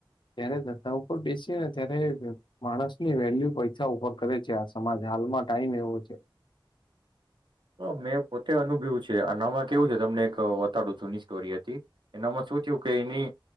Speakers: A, on the left (about 65°); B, on the right (about 60°).
A: ત્યારે ધધા ઉપર બેસી ને ત્યારે માણસની વેલ્યુ પૈસા ઉપર કરે છે આ સમાજ હાલમાં ટાઈમ એવો છે
B: હ મેં પોતે અનુભ્યું છે આનામાં કેવું છે તમને એક વતાડું જૂની સ્ટોરી હતી એનામાં શું થયું કે એની